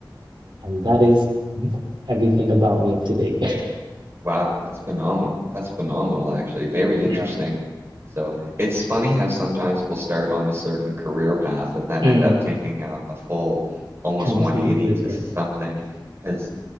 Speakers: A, on the right; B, on the right.
A: And that is um, everything about me up to date. <laughs>
B: Wow, that's phenomenal. That's phenomenal, actually. Very
A: Yeah.
B: interesting. So it's funny how sometimes we'll start on a certain career path and then
A: Mm.
B: end up taking a, a full almost
A: Completely
B: 180
A: different.
B: to something because